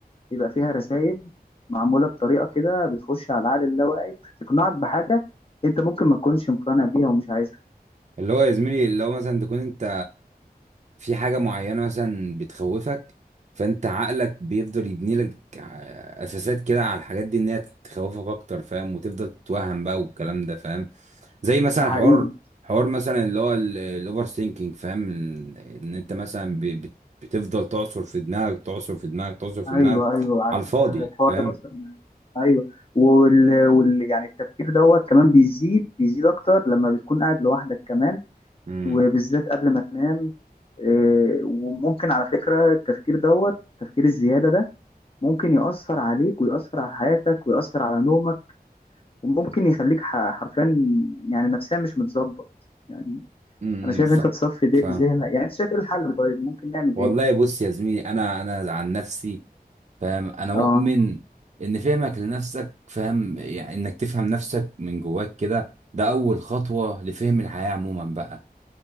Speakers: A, on the left (about 35°); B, on the right (about 45°).
A: بيبقى فيها رسائل معمولة بطريقة كده بتخش على العقل اللاواعي تقنعك بحاجة انت ممكن ما تكونش مقتنع بيها ومش عايزها
B: اللي هو يا زميلي اللي هو مثلا تكون أنت في حاجة معينة مثلا بتخوفك فأنت عقلك بيفضل يبني لك أساسات كده على الحاجات دي إن هي تخوفك أكتر فاهم وتفضل تتوهم بقى والكلام ده فاهم زي مثلا
A: ده حقيقي
B: حوار حوار مثلا اللي هو الاوفر ثينكينج فاهم ان إن انت مثلا ب- بت- بتفضل تعصر في دماغك تعصر في دماغك تعصر في
A: ايوه
B: دماغك
A: ايوه على
B: على الفاضي
A: فكرة الحوار
B: فاهم
A: ده بس ايوه وال... وال... يعني التفكير دوت كمان بيزيد بيزيد اكتر لما بتكون قاعد لوحدك كمان
B: امم
A: وبالذات قبل ما تنام إيه، وممكن على فكرة التفكير دوت التفكير الزيادة ده ممكن يأثر عليك ويأثر على حياتك ويأثر على نومك وممكن يخليك ح- حرفيا يعني نفسيا مش متظبط يعني
B: امم
A: انا شايف
B: ف...
A: انت تصفي دي-
B: فاهم
A: ذهنك يعني انت شايف ايه الحل طيب ممكن نعمل
B: والله
A: ايه
B: بص يا زميلي انا انا عن نفسي فاهم انا
A: اه
B: مؤمن ان فهمك لنفسك فاهم يعني انك تفهم نفسك من جواك كده ده اول خطوة لفهم الحياة عموما بقى